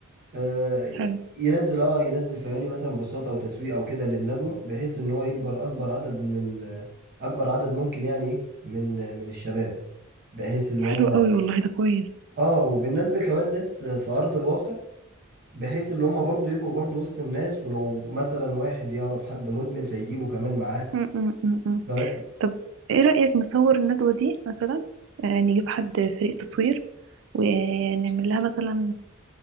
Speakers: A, on the right (about 45°); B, on the right (about 60°).
A: آه،
B: حلو
A: ينزل اه ينزل فهماني مثلا بوستات او تسويق او كده للندوة بحيث ان هو يكبر اكبر عدد من آه، اكبر عدد ممكن يعني ايه من آه، من الشباب بحيث اللي
B: طب حلو
A: هم
B: قوي والله ده كويس
A: اه وبننزل كمان ناس في ارض الواقع بحيث ان هم برضو يبقوا برضو وسط الناس ولو مثلا واحد يعرف حد مدمن فيجيبه كمان معاه
B: أمم، أمم، أمم، أمم.
A: فما-
B: طب إيه رأيك نصور الندوة دي مثلا آه، نجيب حد فريق تصوير ونعمل لها مثلا